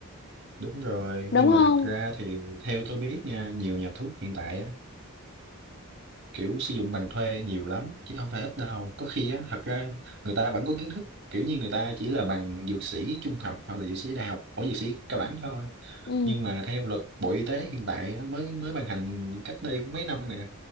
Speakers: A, on the right; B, on the left.
A: Đúng rồi,
B: Đúng
A: nhưng mà
B: không?
A: thật ra thì theo tôi biết nha, nhiều nhà thuốc hiện tại á, kiểu sử dụng bằng thuê nhiều lắm, chứ không phải ít đâu. Có khi á, thật ra người ta vẫn có kiến thức, kiểu như người ta chỉ là bằng dược sĩ trung học hoặc là dược sĩ đại học, ở dược sĩ cao đẳng thôi.
B: Ừ.
A: Nhưng mà theo luật Bộ Y tế hiện tại á, mới mới ban hành cách đây cũng mấy năm nè,